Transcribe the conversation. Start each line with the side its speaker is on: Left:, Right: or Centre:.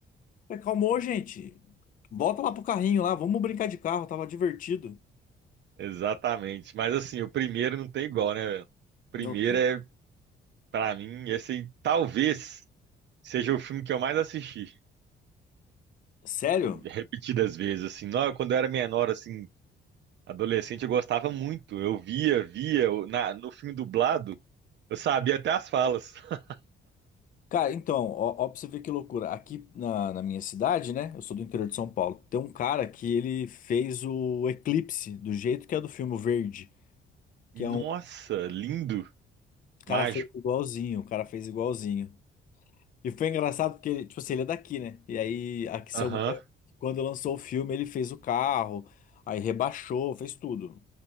Left: Acalmou, gente. Volta lá pro carrinho lá, vamos brincar de carro, tava divertido.
Right: Exatamente. Mas assim, o primeiro não tem igual, né, velho? O primeiro
Left: Não tem.
Right: é, pra mim, esse aí, talvez seja o filme que eu mais assisti,
Left: Sério?
Right: repetidas vezes, assim. Não, quando eu era menor, assim, adolescente, eu gostava muito. Eu via, via, eu- na, no filme dublado, eu sabia até as falas. <laughs>
Left: Cara, então, ó, ó pra você ver que loucura. Aqui na, na minha cidade, né? Eu sou do interior de São Paulo. Tem um cara que ele fez o Eclipse, do jeito que é do filme o Verde.
Right: Nossa,
Left: Que é um o
Right: lindo,
Left: cara
Right: mágico.
Left: fez igualzinho, o cara fez igualzinho. E foi engraçado porque, ele, tipo assim, ele é daqui, né? E aí, aqui,
Right: Aham,
Left: seu, quando lançou o filme, ele fez o carro, aí rebaixou, fez tudo.